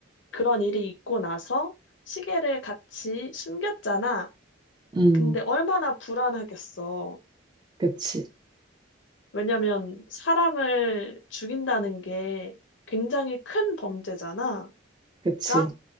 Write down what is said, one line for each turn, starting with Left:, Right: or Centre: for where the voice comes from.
Left: 그런 일이 있고 나서 시계를 같이 숨겼잖아.
Right: 음,
Left: 근데 얼마나 불안하겠어.
Right: 그치.
Left: 왜냐면 사람을 죽인다는 게 굉장히 큰 범죄잖아.
Right: 그치.
Left: 그러니까